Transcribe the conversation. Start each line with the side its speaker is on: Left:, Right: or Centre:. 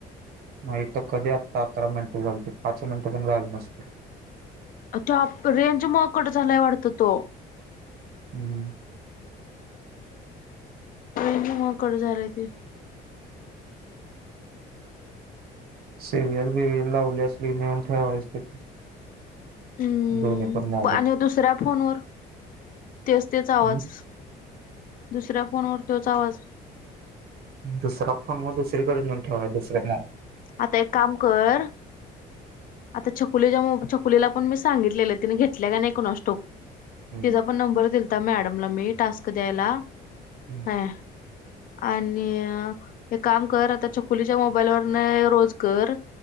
Right: नाही तर कधी आत्ता अकरा मिनिटं झालत पाच मिनिटं पण झालं नसतील.
Left: आता रेंज मुळं कट झालाय वाटत तो,
Right: हम्म
Left: रेंज मुळ कट झालय ते
Right: सिरियल बिरियल लावल्याशील नेऊन ठेवायच तिथं,
Left: हम..
Right: दोन्ही पण मोबाईल
Left: आणि दुसऱ्या फोनवर तेच-तेच आवाज.
Right: हम्म
Left: दुसऱ्या फोनवर तोच आवाज.
Right: दुसरा फोन मग, दुसरीकडे नेऊन ठेवायचा <unintelligible>
Left: आता एक काम कर आता छकुलीच्या मोब छकुलीला पण मी सांगितलेलं तिने घेतल्या का नाही कोणास ठाऊक.
Right: हम्म
Left: तिचा पण नंबर दिल मॅडमला मी टास्क द्यायला
Right: हम्म
Left: <unintelligible> आणि एक काम कर आताच्या छकुलीच्या मोबाईल वरन रोज कर